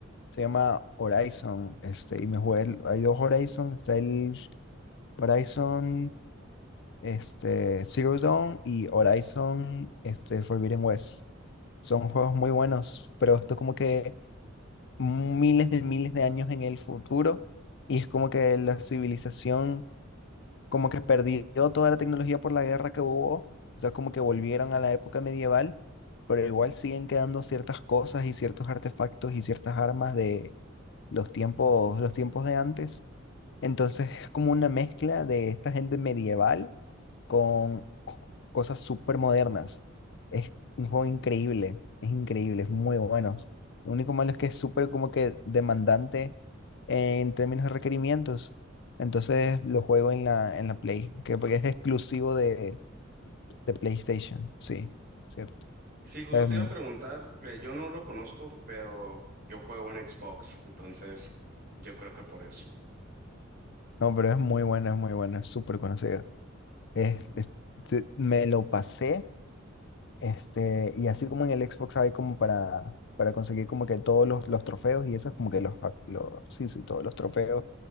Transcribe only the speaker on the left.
se llama Horizon, este, y me jugué, el- hay dos Horizon, está el Horizon este, Zero Dawn y Horizon este, Forbidden West. Son juegos muy buenos, pero esto es como que miles de miles de años en el futuro, y es como que la civilización como que perdió toda la tecnología por la guerra que hubo, o sea, como que volvieron a la época medieval, pero igual siguen quedando ciertas cosas y ciertos artefactos y ciertas armas de los tiempos, los tiempos de antes. Entonces es como una mezcla de esta gente medieval con co- cosas súper modernas. Es un juego increíble, es increíble, es muy bueno. Lo único malo es que es súper como que demandante en términos de requerimientos. Entonces lo juego en la, en la Play, que porque es exclusivo de, de PlayStation, sí, cierto.
Es
mu-
no, pero es muy bueno, es muy bueno, es súper conocido. Es, es- se- me lo pasé Este, y así como en el Xbox hay como para, para conseguir como que todos los, los trofeos y esas como que los, los, sí, sí, todos los trofeos,